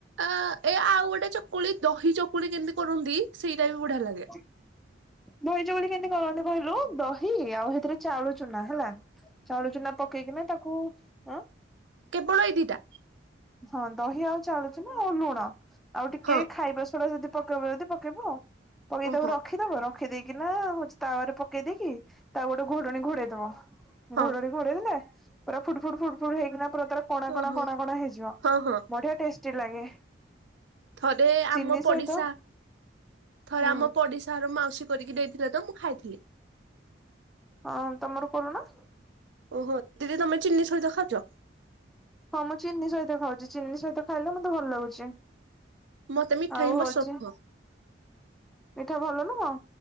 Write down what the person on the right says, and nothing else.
ଆ ଏ ଆଉ ଗୋଟେ ଚକୁଳି ଦହି ଚକୁଳି କେମିତି କରନ୍ତି ସେଇଟା ବି ବଢିଆ ଲାଗେ।
କେବଳ ଏଇ ଦିଟା
ହଁ
ଓହୋ
ହଁ
ଓହୋ
ହଁ ହଁ
ଥରେ
ଆମ ପଡିଶା
ଥରେ
ଆମ ପଡିଶା ଘର ମାଉସୀ କରିକି ଦେଇଥିଲେ ତ ମୁଁ ଖାଇଥିଲି।
ଓହୋ ଦିଦି ତମେ ଚିନି ସହିତ ଖାଉଚ।
ମତେ ମିଠା
ହିଁ
ପସନ୍ଦ
ନୁହଁ